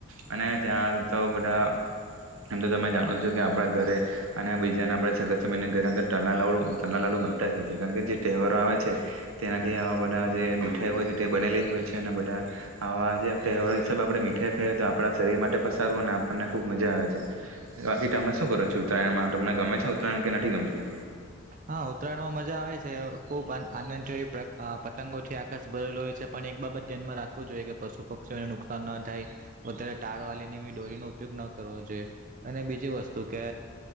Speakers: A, on the right; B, on the right.
A: અને ત્યાં તો બધા એમ તો તમે જાણો જ છો કે આપણા ઘરે અને આ બીજાના આપણે સગતસભના ઘરે અંદર તલલા લાડુ તલના લાડુ બનતા જ હોય છે કારણ કે જે તહેવારો આવે છે તેનાથી આવા બધા જે મીઠાઈ હોય છે તે બનેલી જ હોય છે અને બધા આવા જે તહેવારો હિસાબ આપણે મીઠાઈ ખાઈએય તો આપણા શરીર માટે પણ સારું અને આપણને ખૂબ મજા આવે છે બાકી તમે શું કરો છો ઉત્તરાયણમાં તમને ગમે છે ઉત્તરાયણ કે નથી ગમતી
B: હા ઉત્તરાયણમાં મજા આવે છે ખુબ આનંદી પતંગોથી આકાશ ભરેલો હોય છે પણ એક બાબત ધ્યાનમાં રાખવું જોઈએ કે પશુ પક્ષીઓને નુકસાન ન થાય વધારે તાર વાલીને એવી ડોરીનો ઉપયોગ ન કરવો જોઈએ અને બીજી વસ્તુ કે